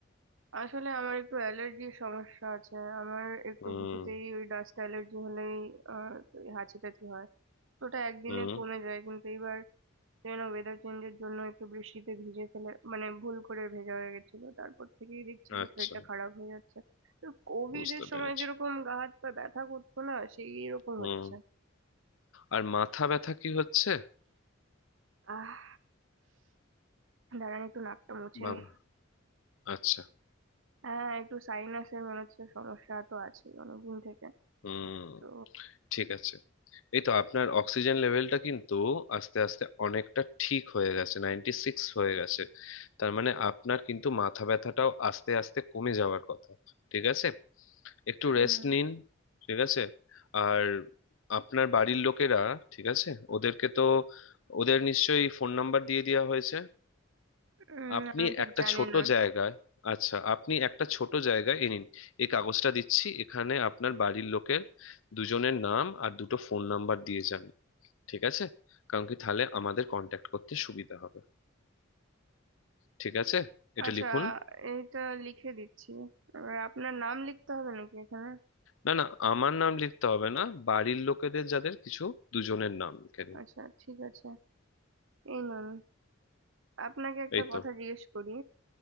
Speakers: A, on the right; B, on the left.
A: আসলে আমার একটু অ্যালার্জির সমস্যা আছে আমার একটু
B: হুম
A: কিছুতেই ওই ডাস্ট অ্যালার্জি হলেই আহ হাঁচি টাচি হয় তো ওটা একদিনে
B: হুম
A: কমে যায় কিন্তু এইবার যেন ওয়েদার চেঞ্জের জন্য একটু বৃষ্টিতে ভিজে ফেলে মানে ভুল করে ভেজা হয়ে গেছিল তারপর থেকেই দেখছি যে
B: আচ্ছা
A: শরীরটা খারাপ হয়ে যাচ্ছে তো কোভিড
B: বুঝতে
A: এর সময়
B: পেরেছি
A: যেরকম গা হাত পা ব্যথা করতো না সেই রকম
B: হুম
A: হচ্ছে
B: আর মাথা ব্যথা কি হচ্ছে
A: আহ দাঁড়ান একটু নাকটা মুছে
B: বাবা
A: নি
B: আচ্ছা
A: হ্যাঁ একটু সাইনাসের মনে হচ্ছে সমস্যা তো আছে অনেকদিন থেকে
B: হুম
A: তো
B: ঠিক আছে এই তো আপনার অক্সিজেন লেভেলটা কিন্তু আস্তে আস্তে অনেকটা ঠিক হয়ে গেছে নাইনটি সিক্স হয়ে গেছে তার মানে আপনার কিন্তু মাথা ব্যথাটাও আস্তে আস্তে কমে যাওয়ার কথা ঠিক আছে একটু
A: উম,
B: রেস্ট নিন ঠিক আছে আর আপনার বাড়ির লোকেরা ঠিক আছে ওদেরকে তো ওদের নিশ্চয়ই ফোন নাম্বার দিয়ে দেওয়া হয়েছে
A: উম,
B: আপনি
A: আমি ঠিক
B: একটা
A: জানি
B: ছোট
A: না
B: জায়গায় আচ্ছা আপনি একটা ছোট জায়গায় এ নিন এই কাগজটা দিচ্ছি এখানে আপনার বাড়ির লোকের দুজনের নাম আর দুটো ফোন নাম্বার দিয়ে যান ঠিক আছে কারণ কি তাহলে আমাদের কন্ট্যাক্ট করতে সুবিধা হবে ঠিক আছে এটা
A: আচ্ছা
B: লিখুন
A: এইটা লিখে দিচ্ছি এবার আপনার নাম লিখতে হবে নাকি এখানে
B: না না আমার নাম লিখতে হবে না বাড়ির লোকেদের যাদের কিছু দুজনের নাম লিখে নিন
A: আচ্ছা ঠিক আছে এই নুন আপনাকে একটা
B: এই
A: কথা
B: তো
A: জিজ্ঞেস করি